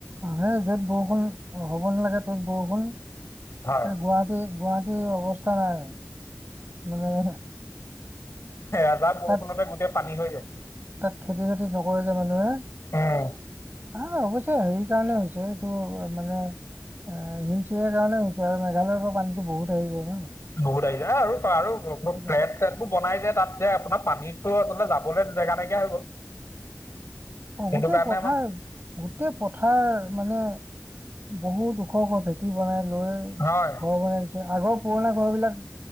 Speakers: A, on the right (about 45°); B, on the left (about 80°).
A: মে য'ত বৰষুণ হ'ব নালাগে ত'ত বৰষুণ
B: হয়
A: গুৱাহাটী, গুৱাহাটী অৱস্থা নাই। মানে
B: এজাহ বৰষুণতে
A: তাত
B: গোটেই পানী হৈ যায়।
A: তাত খেতি-বাতি নকৰে যে মানুহে। ন,
B: উম
A: অৱশ্যে হেৰি কাৰণে হৈছে এইটো মানে এ, হিলচ এৰিয়াৰ কাৰণে হৈ হৈছে আৰু মেঘালয়ৰ পৰা পানীতো বহুত আহি যায় ন।
B: বহুত আহিছে আৰু আৰু
A: সেইটো
B: ফ্লেট
A: কাৰণে
B: চ বনাই যে তাত যে আপোনাৰ পানীতো আচলতে যাবলৈ জেগা নাইকিয়া হৈ গ'ল।
A: অ,
B: সেইটো
A: গোটেই
B: কাৰণে
A: পথাৰ
B: আমাৰ
A: গোটেই পথাৰ মানে বহুত ওখ, ওখ ভেটি বনাই লৈ
B: হয়
A: ঘৰ বনাই দিছে আগৰ পুৰণা ঘৰ বিলাক